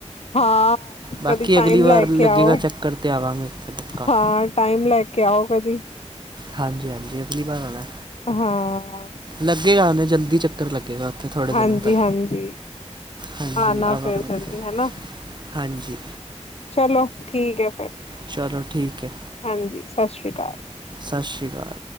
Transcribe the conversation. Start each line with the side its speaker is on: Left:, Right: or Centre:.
Left: ਹਾਂ
Right: ਬਾਕੀ
Left: ਕਦੀ ਟਾਈਮ
Right: ਅਗਲੀ ਵਾਰ
Left: ਲੈ
Right: ਲੱਗੇਗਾ
Left: ਕੇ ਆਓ
Right: ਚੱਕਰ ਤੇ ਆਵ ਮੈਂ ਉੱਥੇ। ਪੱਕਾ
Left: ਹਾਂ ਟਾਈਮ ਲੈ ਕੇ ਆਓ ਕਦੀ।
Right: ਹਾਂਜੀ ਹਾਂਜੀ ਅਗਲੀ ਵਾਰ ਆਉਣਾ।
Left: ਹਾਂ।
Right: ਲੱਗੇਗਾ ਮੈਂ ਜਲਦੀ ਚੱਕਰ ਲੱਗੇਗਾ। ਉੱਥੇ ਥੋੜ੍ਹੇ
Left: ਹਾਂਜੀ
Right: ਦਿਨਾਂ ਤੱਕ
Left: ਹਾਂਜੀ
Right: ਹਾਂਜੀ
Left: ਆਣਾ
Right: ਆਵਾਂਗਾ
Left: ਫੇਰ ਜਲਦੀ
Right: ਉੱਥੇ।
Left: ਹਨਾ
Right: ਹਾਂਜੀ।
Left: ਚਲੋ ਠੀਕ ਹੈ ਫਿਰ
Right: ਚਲੋ ਠੀਕ ਹੈ
Left: ਹਾਂਜੀ ਸਤਿ ਸ਼੍ਰੀ ਅਕਾਲ।
Right: ਸਤਿ ਸ਼੍ਰੀ ਅਕਾਲ।